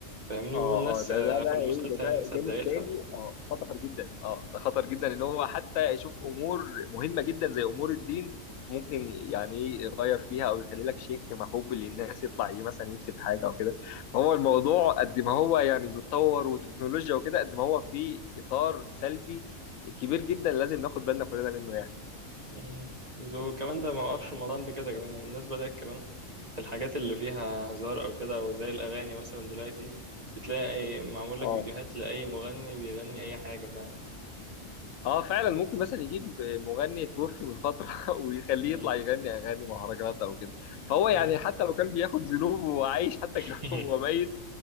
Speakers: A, on the right (about 30°); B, on the left (about 80°).
A: فاهمني
B: اه
A: والناس
B: اه ده
A: آه،
B: ده بقى
A: في المسلسل
B: ايه ده ده
A: يعني صدقتها
B: جانب تاني اه خطر جدا اه ده خطر جدا ان هو حتى يشوف امور مهمه جدا زي امور الدين ممكن يعني إيه يغير فيها او يخلي لك شيخ محبوب للناس يطلع ايه مثلا يكتب حاجه او كده فهو الموضوع قد ما هو يعني بيتطور وتكنولوجيا وكده قد ما هو في اطار سلبي كبير جدا لازم ناخد بالنا كلنا منه يعني
A: مم. وكمان ده ما وقفش الموضوع عند كده كمان يعني الناس بدأت كمان الحاجات اللي فيها هزار او كده او زي الاغاني مثلا دلوقتي بتلاقي اي معمول لك
B: اه
A: فيديوهات لاي مغني بيغني اي حاجه فاهم
B: اه فعلا ممكن مثلا يجيب مغني توفي من فتره <laughs> ويخليه
A: مم.
B: يطلع يغني اغاني مهرجانات او كده فهو يعني
A: مم.
B: حتى لو كان بياخد ذنوب وعايش حتى
A: <laughs>
B: <laughs> وهو ميت